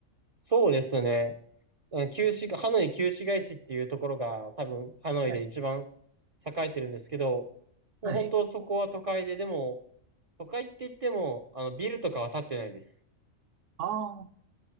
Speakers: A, on the right; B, on the right.
A: そうですね。うん旧市、ハノイ旧市街地っていうところが多分ハノイで一番
B: はい。
A: 栄えてるんですけど、もう本当そこは都会ででも、
B: はい。
A: 都会って言っても、あの、ビルとかは建ってないです。
B: ああ、